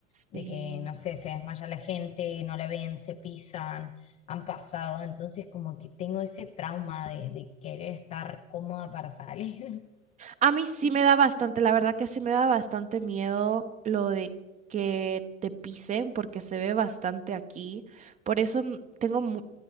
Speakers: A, on the left; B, on the right.
A: de
B: Sí.
A: que, no sé, se desmaya la gente, no la ven, se pisan, han pasado, entonces como que tengo ese trauma de, de querer estar cómoda para salir.
B: A mí sí me da bastante, la verdad que sí me da bastante miedo lo de que te pisen porque se ve bastante aquí. Por eso n- tengo mu-